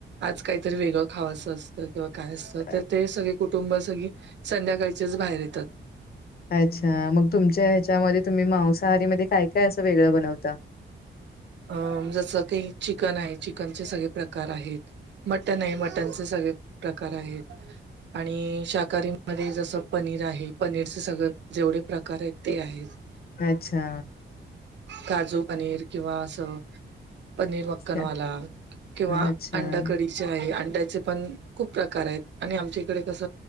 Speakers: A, on the right; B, on the left.
A: आज काहीतरी वेगळं- खावं असं असतं किंवा काय असतं?
B: अ-
A: तर ते सगळे कुटुंब सगळी संध्याकाळचेच बाहेर येतात.
B: अच्छा. मग तुमच्या ह्याच्यामध्ये तुम्ही मांसाहारी मध्ये काय काय असं वेगळं बनवता?
A: अ. जसं की चिकन आहे. चिकनचे सगळे प्रकार आहेत. मटन आहे. मटणचे सगळे प्रकार आहेत. आणि शाकाहारी मध्ये जसं पनीर आहे. पनीरचे सगळं जेवढे प्रकार आहेत ते आहेत.
B: अच्छा.
A: काजू पनीर किंवा असं- पनीर मक्कनवाला
B: अच्छा
A: किंवा
B: अच्छा.
A: अंडा करी. शिवाय अंड्याचे पण खूप प्रकार आहेत आणि आमच्या इकडे कस?